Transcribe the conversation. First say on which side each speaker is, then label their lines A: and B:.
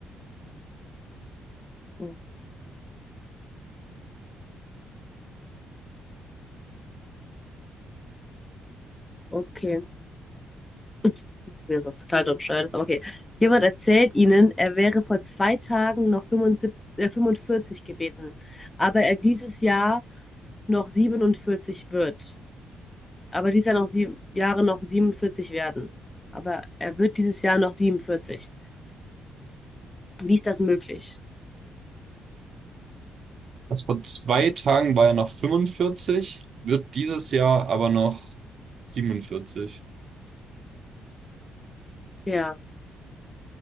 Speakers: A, on the left (about 20°); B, on the right (about 55°).
A: oh, okay. <laughs> Mir ist das total dumm, bescheuert ist, aber okay. Jemand erzählt ihnen, er wäre vor zwei Tagen noch 75, äh, 45 gewesen, aber er dieses Jahr noch 47 wird. aber dies Jahr noch sieben Jahre noch 47 werden. Aber er wird dieses Jahr noch 47. Wie ist das möglich?
B: Das vor zwei Tagen war ja noch 45, wird dieses Jahr aber noch 47.
A: Ja,